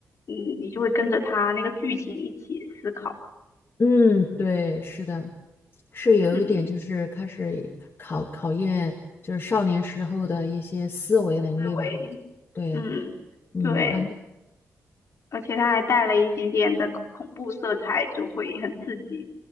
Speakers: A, on the left; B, on the left.
A: 嗯，你就会跟着它那个剧情一起思考，
B: 嗯，对，是的。是有一点，
A: 嗯，
B: 就是开始考考验，就是少年时候的一些思维能力吧。
A: 思维，
B: 对，
A: 嗯，
B: 嗯，
A: 对，
B: 然后
A: 而且它还带了一点点的恐怖色彩，就会很刺激。